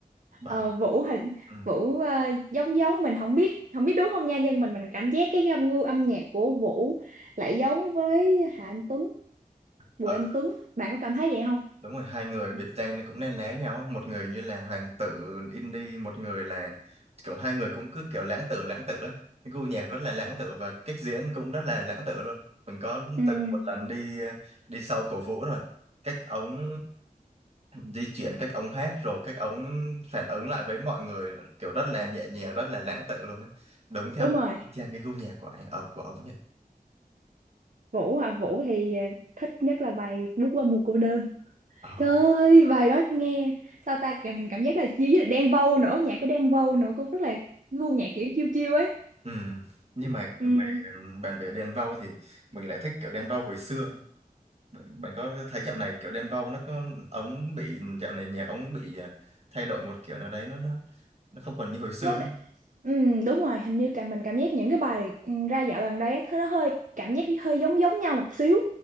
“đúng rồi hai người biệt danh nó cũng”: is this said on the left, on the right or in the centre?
Right